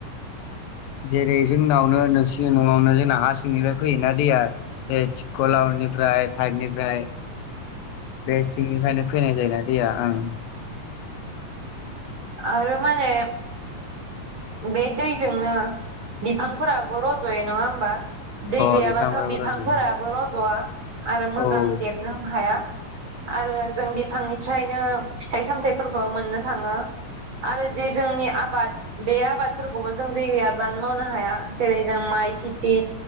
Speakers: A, on the left; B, on the right.
A: जेरै जोंनावनो नोंसिनि न'आवनो जोंना हा सिंनिफ्राय फैयोना दैया थि <unintelligible> फ्राय पाइपनिफ्राय बे सिंनिफ्रायनो फैनाय जायोना दैया ओं।
B: आरो माने बे दैजोंनो बिफांफोराबो रज'यो नङा होमबा? दै गैयाबाथ'
A: अ बिफांफोराबो
B: बिफांफोराबो
A: रज'यो
B: रजया आरो मोजां
A: औ
B: देरनो हाया। आरो जों बिफांनिफ्रायनो फिथाइ सामथायाइफोरखौ मोननो थाङो।
A: <inaudible>
B: आरो जे जोंनि आबाद बे आबादफोरखौबो जों दै गैयाब्लानो मावनो हाया जेरै जों माइ खेथि